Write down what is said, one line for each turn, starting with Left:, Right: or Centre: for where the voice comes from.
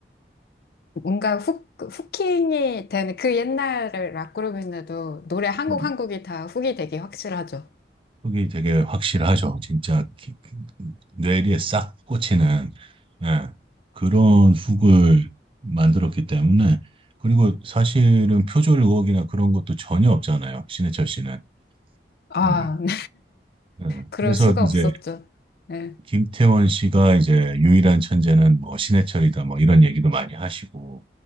Left: 뭔가 훅, 후킹이 되는 그 옛날을 락그룹인데도 노래 한
Right: 음,
Left: 곡 한 곡이 다 훅이 되기 확실하죠.
Right: 그게 되게 확실하죠. 진짜 기- 뇌리에 싹 꽂히는 예, 그런 훅을 만들었기 때문에 그리고 사실은 표절 의혹이나 그런 것도 전혀 없잖아요. 신해철 씨는.
Left: 아,
Right: 음,
Left: <laughs> 네.
Right: 네.
Left: 그럴
Right: 그래서
Left: 수가
Right: 이제
Left: 없었죠. 네.
Right: 김태원 씨가 이제 유일한 천재는 뭐 신해철이다 뭐 이런 얘기도 많이 하시고,